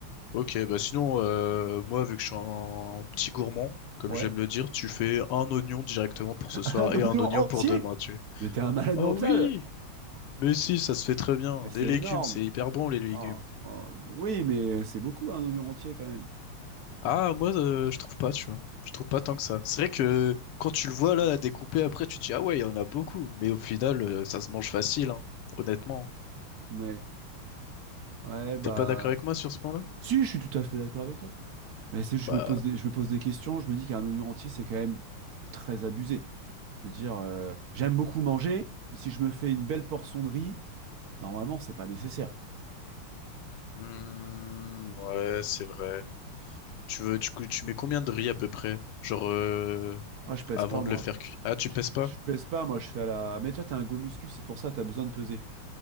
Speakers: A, on the left; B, on the right.
A: Ok, bah sinon, euh, moi, vu que je suis un petit gourmand, comme
B: Ouais.
A: j'aime le dire, tu fais un oignon directement pour
B: <laughs>
A: ce soir
B: Un oignon
A: et un oignon
B: entier!
A: pour demain, tu.
B: Mais t'es un malade
A: vois.
B: mental!
A: Oh oui! Mais si, ça se fait très bien.
B: Mais c'est
A: Les légumes,
B: énorme!
A: c'est hyper bon, les légumes.
B: Oh, oh, Oui, mais c'est beaucoup un oignon entier quand même.
A: Ah, moi, euh, je trouve pas, tu vois. Je trouve pas tant que ça. C'est vrai que quand tu le vois là, découpé après, tu te dis, ah ouais, il y en a beaucoup. Mais au final, euh, ça se mange facile, hein, honnêtement.
B: Ouais. Ouais, bah.
A: T'es pas d'accord avec moi sur ce point-là?
B: Si, je suis tout à fait d'accord avec toi. Mais c'est juste,
A: Bah,
B: je me pose des, je me pose des questions, je me dis qu'un oignon entier, c'est quand même très abusé. Je veux dire, euh, j'aime beaucoup manger, mais si je me fais une belle portion de riz, normalement, c'est pas nécessaire.
A: hmm, ouais, c'est vrai. Tu veux, tu, cou- tu mets combien de riz à peu près? Genre, euh,
B: Ah, je pèse
A: avant
B: pas,
A: de
B: moi.
A: le faire cuire. Ah, tu
B: Je,
A: pèses pas?
B: je pèse pas, moi je fais à la. Mais toi t'as un go muscu, c'est pour ça t'as besoin de peser.